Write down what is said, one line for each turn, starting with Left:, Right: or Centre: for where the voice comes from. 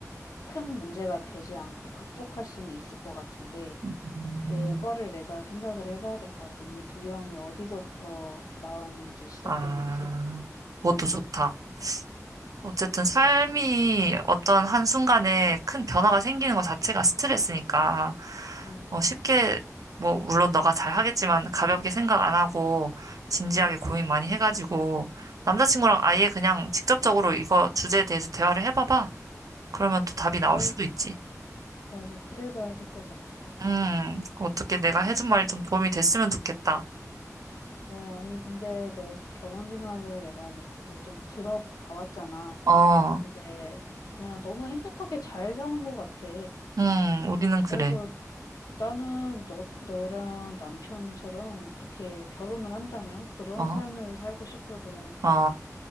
Left: 큰 문제가 되지 않고 극복할 수는 있을 것 같은데
Right: 어.
Left: 그거를 내가 생각을 해봐야 될 것 같아. 이 두려움이 어디서부터 나왔는지 시작됐는지.
Right: 아, 그것도 좋다. 어쨌든 삶이
Left: 맞아.
Right: 어떤 한순간에 큰 변화가 생기는 것 자체가 스트레스니까,
Left: 음,
Right: 어, 쉽게, 뭐, 물론 너가 잘 하겠지만, 가볍게 생각 안 하고, 진지하게
Left: 음.
Right: 고민 많이 해가지고, 남자친구랑 아예 그냥 직접적으로 이거 주제에 대해서 대화를 해봐봐. 그러면 또 답이 나올
Left: 그래,
Right: 수도 있지.
Left: 맞아. 그래 봐야 될 것 같아.
Right: 음, 어떻게 내가 해준 말이 좀 도움이 됐으면 좋겠다.
Left: 어, 아니, 근데 너의 결혼 생활을 내가 뭐 이렇게 좀 들어봐왔잖아.
Right: 어,
Left: 근데 그냥 너무 행복하게 잘 사는 것 같아.
Right: 음, 우리는 그래.
Left: 그래서 나는 너, 너랑 남편처럼 그렇게 결혼을 한다면 그런
Right: 어,
Left: 삶을 살고 싶거든.
Right: 어.